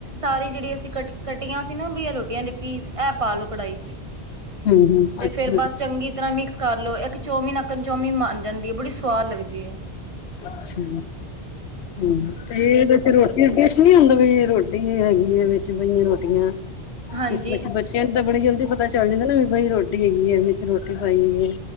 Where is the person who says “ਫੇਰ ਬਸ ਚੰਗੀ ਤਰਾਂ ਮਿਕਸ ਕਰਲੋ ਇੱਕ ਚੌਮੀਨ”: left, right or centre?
Right